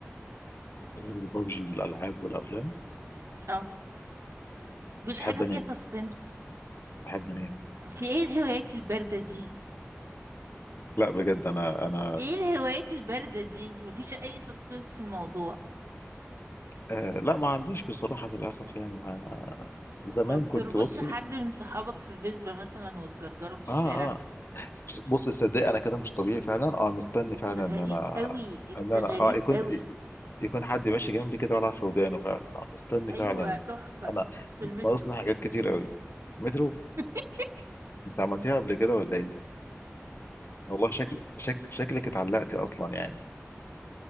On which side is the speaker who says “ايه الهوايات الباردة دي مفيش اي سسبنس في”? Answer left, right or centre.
Right